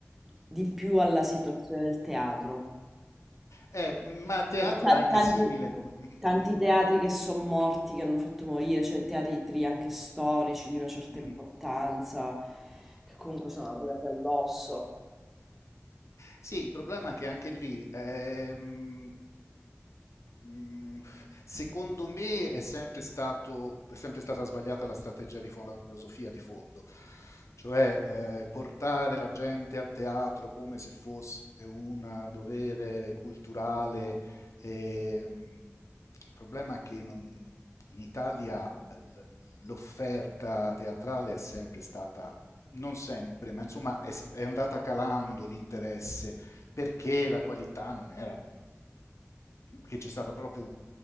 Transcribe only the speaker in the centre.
di più alla situazione del teatro.
E ta-
Tanti,
tanti teatri che sono morti, che hanno fatto morire, cioè teatri anche storici di una certa
importanza,
che comunque sono arrivati all'osso.